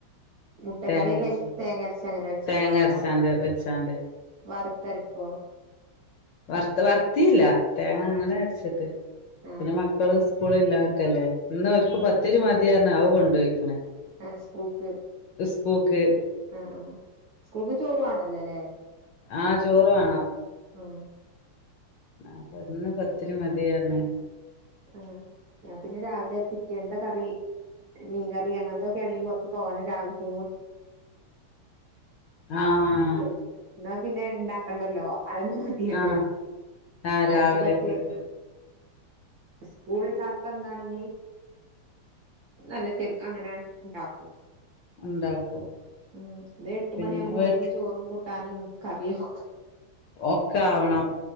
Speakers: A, on the right; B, on the left.
A: മുട്ട
B: തേങ്ങ
A: കറിയക്കെ
B: അരച്ചാണ്ട്
A: തേങ്ങരച്ചങ്ങനെ വെച്ചിണ്ടാവൂലേ
B: തേങ്ങ അരച്ചാണ്ട്
A: വർ
B: വെച്ചാണ്ട്
A: വറുത്തരക്കോ?
B: വർത്ത് വർത്തില തേങ്ങങ്ങനെ
A: ആഹ്
B: അരച്ചിട്ട്
A: ആഹ്
B: പിന്നെ മക്കള് സ്കൂളില്ലാക്കല്ലേ ഇന്ന് ഓർക്കു പത്തിരി മതിറഞ്ഞ് ആവ് കൊണ്ടോയ്ക്കണ്.
A: ആ സ്കൂൾക്ക്.
B: പ്പോക്ക്.
A: ആ ആ സ്കൂൾക്ക് ചോറുവാണല്ലോല്ലേ?
B: ആ ചോറ് വാണം.
A: ആ
B: ആ പ്പന്ന് പത്തിരി മതിയാറിഞ്ഞ്.
A: ആ ഞാ പിന്നെ രാവിലെ പിറ്റേൻത്തെ കറി മീൻ കറി റീ അങ്ങനത്തൊക്കാണെങ്കി കൊറച്ച് തോനെ രാവിലെ
B: ആഹ്
A: <unintelligible> ന്നാ പിന്നെ ഇണ്ടാക്കണ്ടല്ലോ അതെന്നെ മതിയല്ലോയെനിക്.
B: ആഹ് ആഹ് രാവിലക്കക്ക്
A: അയിക്കു പറ്റിയ സ്കൂൾണ്ടാക്കാന്നാണെങ്കി നല്ല ചെറി അങ്ങനെണ്ടാക്കും.
B: ഉണ്ടാക്കും
A: ഉം ഇത് എട്ട്
B: പിന്നെ
A: മണിയാമ്പോത്തന്
B: വീട്ട്
A: ചോറും കൂട്ടാനും കറിയും
B: ഓക്കെ ആവണം.